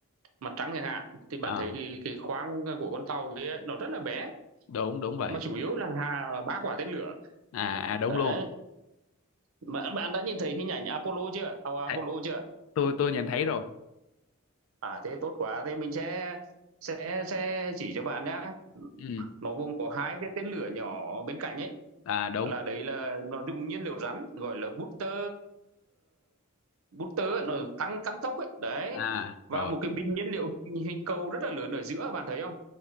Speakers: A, on the right (about 75°); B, on the left (about 65°).
A: mặt trăng chẳng hạn thì bạn
B: à,
A: thấy cái, cái khoang của con tàu kia nó rất là bé
B: đúng đúng vậy
A: mà chủ yếu là hà ba quả tên lửa
B: à à đúng
A: đấy
B: luôn
A: bạn, bạn đã nhìn thấy hình ảnh Apollo chưa tàu Apollo
B: Thấy-
A: chưa
B: tôi tôi nhìn thấy rồi
A: à thế tốt quá thế mình sẽ sẽ sẽ chỉ cho bạn nhá
B: ừ
A: nó gồm có hai cái tên lửa nhỏ bên cạnh ấy
B: à đúng
A: là đấy là nó dùng nhiên liệu rắn gọi là booster booster ấy, nó tăng tăng tốc ấy đấy
B: à
A: và
B: rồi
A: một cái bình nhiên liệu hình, hình cầu rất là lớn ở giữa bạn thấy không